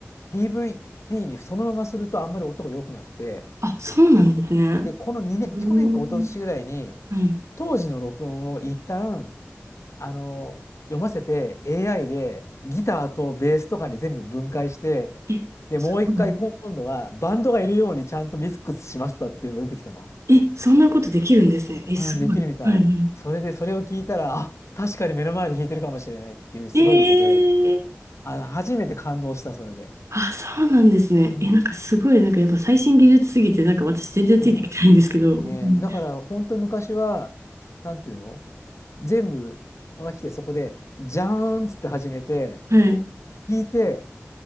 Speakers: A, on the left; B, on the right.
A: DVD にそのままするとあんまり音が良くなくて、
B: あ、そうなんですね。
A: で、でこの2年、
B: うーん。
A: 去年か一昨年ぐらいに
B: はい。
A: 当時の録音を一旦あの読ませて AI でギターとベースとかに全部分解して、
B: え、
A: で、
B: そうなん
A: もう一回今度はバンドがいるようにちゃんとミックスしましたっていうのが出てきたの。
B: え、そんなことできるんですね。え、すごい。
A: うん、できるみたい。
B: はいはい。
A: それで、それを聞いたら、あ、確かに目の前で弾いてるかもしれないっていうすごいことで、
B: ええ
A: あ、初めて感動した、それで。
B: あ、そうなんですね。
A: うん。
B: え、なんかすごい、なんかやっぱ最新技術すぎて、
A: そう。
B: なんか私全然ついてきてないんですけど。
A: そ
B: うん
A: うね。だから、本当昔は、なんていうの全部が来て、そこで、じゃーんっつって始めて、
B: はい。
A: 弾いて、